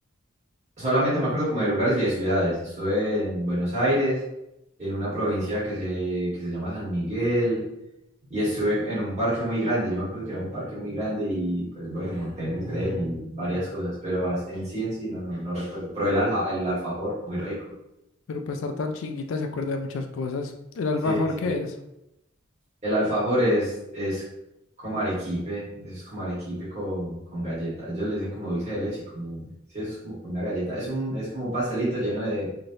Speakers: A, on the right; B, on the left.
A: solamente me acuerdo como de lugares y de ciudades. Estuve en Buenos Aires, en una provincia que se, que se llama San Miguel, y estuve en un parque muy grande. Yo me acuerdo que era un parque muy grande y pues bueno, monté en el tren y varias cosas, pero as- en sí en sí no, no, no recuerdo. Pero el, alja- el alfajor, muy rico.
B: pero para estar tan chinguita se acuerda de muchas cosas. El alfajor
A: Sí, sí.
B: que es,
A: El alfajor es, es como arequipe, eso es como arequipe con, con galleta. Ellos le dicen como dulce de leche, como, sí, eso es como con una galleta. Es un, es como un pastelito lleno de,